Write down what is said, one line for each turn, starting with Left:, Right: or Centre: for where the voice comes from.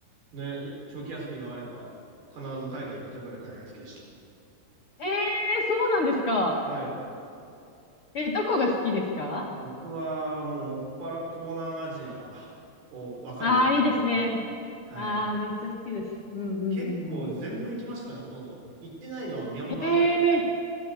Right: ね、い長期休みがあれば必ず海外行ってたくらい海外好きでしたよ。
Left: えーそうなんですか。
Right: はい。
Left: え、どこが好きですか
Right: 僕はもうもっぱら東南アジアをばかりを攻めてましたね。
Left: ああー、いいですね。
Right: はい。
Left: ああ、めっちゃ好きです。うんうんうんうん。
Right: 結構全部行きましたかね、ほとんど。行ってないのはミャンマーぐらいですか
Left: へえ